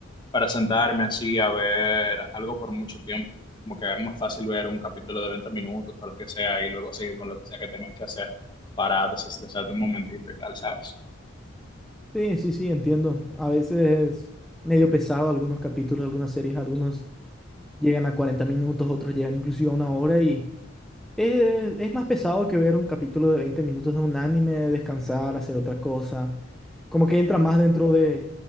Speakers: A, on the left; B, in the centre.
A: para sentarme así a ver algo por mucho tiempo. Como que es más fácil ver un capítulo de 20 minutos o lo que sea y luego seguir con lo que sea que tengas que hacer para desestresarte un momentito y tal, ¿sabes?
B: Sí, sí, sí, entiendo. A veces es medio pesado algunos capítulos, algunas series, algunos llegan a 40 minutos, otros llegan inclusive a una hora y es, es más pesado que ver un capítulo de 20 minutos de un anime, descansar, hacer otra cosa. Como que entra más dentro de,